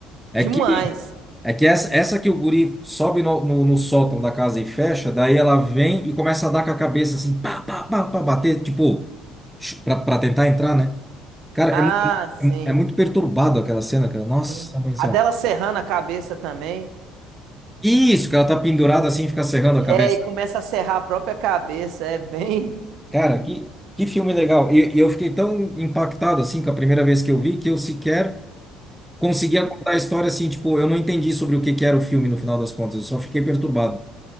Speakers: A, in the centre; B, on the right.
A: É
B: Demais.
A: que É que essa, essa que o guri sobe no, no, no sótão da casa e fecha, daí ela vem e começa a dar com a cabeça assim, pá, pá, pá, pá, bater, tipo, ch- pra, pra tentar entrar, né? Cara,
B: Ah,
A: é, mu-
B: sim,
A: é, mu- é muito perturbado aquela cena, cara. Nossa,
B: sim.
A: mãe do céu.
B: A dela serrando a cabeça também.
A: Isso, que ela tá pendurada assim, e fica serrando a
B: É,
A: cabeça.
B: e começa a serrar a própria cabeça. É bem. <laughs>
A: Cara, que, que filme legal. E, e eu fiquei tão impactado assim com a primeira vez que eu vi que eu sequer conseguia contar a história assim, tipo, eu não entendi sobre o que que era o filme no final das contas, eu só fiquei perturbado.